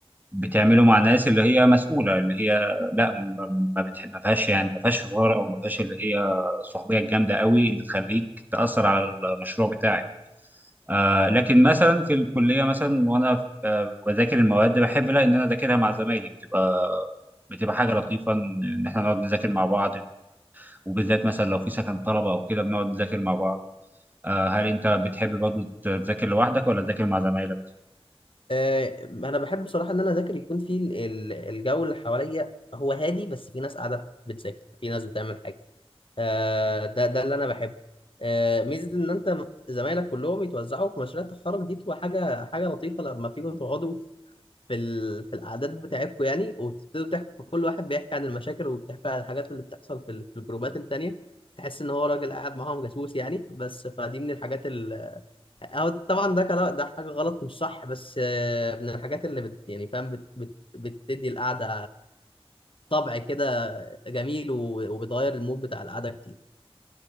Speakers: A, on the right (about 15°); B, on the left (about 60°).
A: بتعمله مع ناس اللي هي مسؤوله اللي هي لا ما ما بتح... ما فيهاش يعني ما فيهاش هزار او ما فيهاش اللي هي الصحوبيه الجامده قوي اللي تخليك تاثر على المشروع بتاعك آه لكن مثلا في الكليه مثلا وانا آه بذاكر المواد بحب لا ان انا اذاكرها مع زمايلي بتبقى بتبقى حاجه لطيفه ان إن احنا نقعد نذاكر مع بعض وبالذات مثلا لو في سكن طلبه او كده بنقعد نذاكر مع بعض آه هل انت بتحب برضه تذاكر لوحدك ولا تذاكر مع زمايلك؟
B: آه انا بحب بصراحه ان انا اذاكر يكون في ال- ال- الجو اللي حواليا هو هادي بس في ناس قاعده بتذاكر في ناس بتعمل حاجه آه، ده ده اللي انا بحبه آه، ميزه ان انت زمايلك كلهم يتوزعوا في مشاريع التخرج دي بتبقى حاجه حاجه لطيفه لما بتيجوا تقعدوا في ال... في القعدات بتاعتكم يعني وتبتدوا تحكوا كل واحد بيحكي عن المشاكل وبيحكي عن الحاجات اللي بتحصل في, ال... في الجروبات التانيه تحس ان هو راجل قاعد معاهم جاسوس يعني بس فدي من الحاجات ال... أو طبعا ده كلام ده حاجه غلط مش صح بس آه، من الحاجات اللي بت... يعني فاهم بت... بت... بتدي القعده طبع كده جميل و... وبتغير المود بتاع القعده كتير